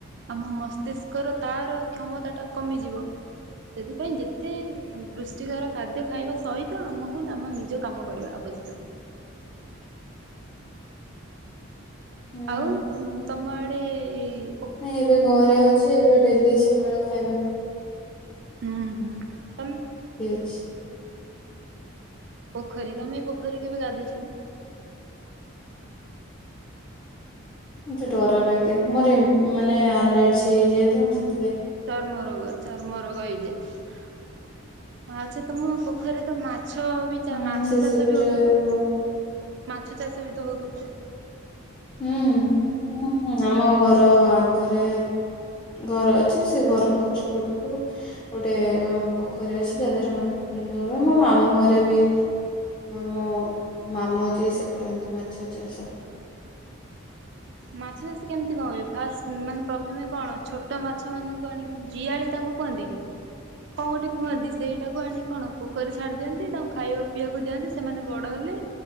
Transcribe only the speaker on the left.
ହୁଁ
ନାଇଁ ଏବେ ଘରେ ଅଛି। ଏବେ ଡେଲି ସକାଳ ଖାଇବାକ୍
ଛ
ମତେ ଡର ଲାଗେ। ମୋର ଏମ୍ ମାନେ ଆଲର୍ଜି ହେଇ ଯାଏ ତ ମୁଁ ସେଥ୍
ହୁଁ
ସେ
ସବୁରେ
ହୁଁ ହଁ ହଁ ଆମ ଘର ଆଗରେ ଘର ଅଛି ସେ ଘର ପଛ ପଟକୁ ଗୋଟେ ପୋଖରୀ ଅଛି ତା ଦେହରେ ମାଛ ଚାଷ ହୁଏ ପାଇଁ ମୋ ମାମୁଁରେ ବି ମୋ ମାମୁଁ ଯିଏ ସେ କରନ୍ତି ମାଛ ଚାଷ।
ମୁଁ